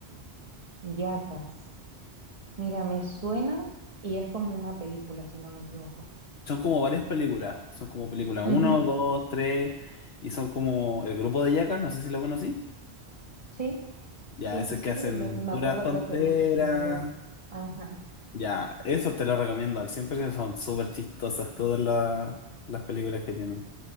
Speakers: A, on the right; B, on the left.
A: Ujú. Yacas. Mira, me suena y es como una película, si no me equivoco.
B: Son como varias películas, son como película
A: Ujú.
B: uno 2 3 y son como el grupo de Yacas, no sé si lo conocí.
A: Sí,
B: Ya,
A: sí,
B: esos
A: sí, sí.
B: que hacen
A: lo- me
B: puras
A: acuerdo
B: tonteras.
A: que hace mucho tiempo lo vi. Ajá.
B: Ya, eso te lo recomiendo al 100%, son súper chistosas todas las, las películas que tienen.